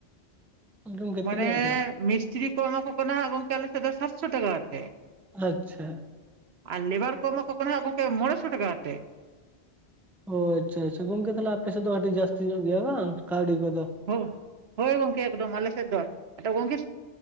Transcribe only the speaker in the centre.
ᱜᱚᱢᱠᱮ
ᱛᱤᱱᱟᱹᱜ ᱫᱚ
ᱟᱪᱪᱷᱟ
ᱚ ᱟᱪᱪᱷᱟ ᱟᱪᱪᱷᱟ ᱜᱚᱝᱠᱮ ᱛᱟᱦᱚᱞᱮ ᱟᱯᱮ ᱮᱥᱮᱫ ᱫᱚ ᱠᱟᱹᱴᱤᱡ ᱡᱟᱹᱥᱛᱤ ᱧᱚᱜ ᱜᱮᱭᱟ ᱵᱟᱝ ᱠᱟᱹᱣᱰᱤ ᱠᱚᱫᱚ